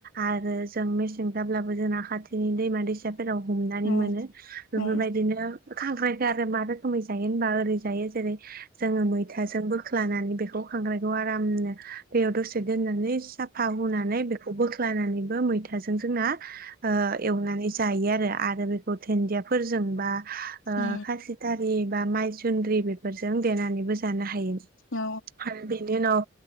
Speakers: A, on the right (about 45°); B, on the left (about 75°).
A: आरो जों मेसें जाब्लाबो जोंना खाथिनि दैमा दैसा फोराव हमनानै
B: उम
A: मोनो बेफोरबायदिनो
B: उम
A: खांख्रायखौ आरो मा रोखोमै जायो होनबा ओरै जायो जेरै जोङो मैथाजोंबो ख्लानानै बेखौ खांख्रायखौ आरामनो दैयाव दसे दोननानै सा फावहोनानै बेखौ बोख्लानानै मैथाजों जोंना आ एवनानै जायो आरो आरो बेखौ दुन्दियाफोरजों बा आ
B: उम अ उम
A: खाजि <inaudible> बा माइसुन्द्रि बे फोरजों देनानैबो जानो हायो।
B: औ
A: हायो आरो बेनि उनाव